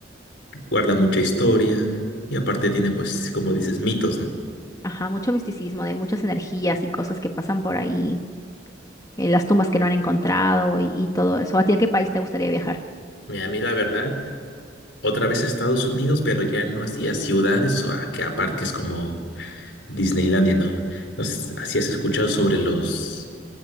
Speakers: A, on the left; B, on the left.
A: Guarda mucha historia. Y aparte tiene, pues, como dices, mitos, ¿no?
B: Ajá, mucho misticismo, de muchas energías y cosas que pasan por ahí, eh, las tumbas que no han encontrado y, y todo eso. ¿A ti a qué país te gustaría viajar?
A: Mira, a mí la verdad, otra vez Estados Unidos, pero ya no hacía ciudades o a que a parques como Disneylandia, ¿no? No sé si has escuchado sobre los